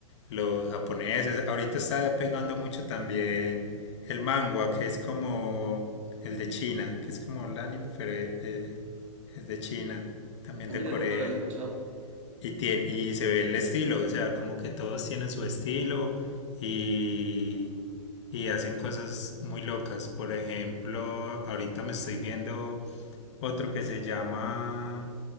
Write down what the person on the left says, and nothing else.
los japoneses. Ahorita está pegando mucho también el manga, que es como el de China, que es como el anime, pero de- de- es de China, también
de
Corea.
Y, tiene, y se ve el estilo, o sea, como que todos tienen su estilo y, y hacen cosas muy locas. Por ejemplo, ahorita me estoy viendo otro que se llama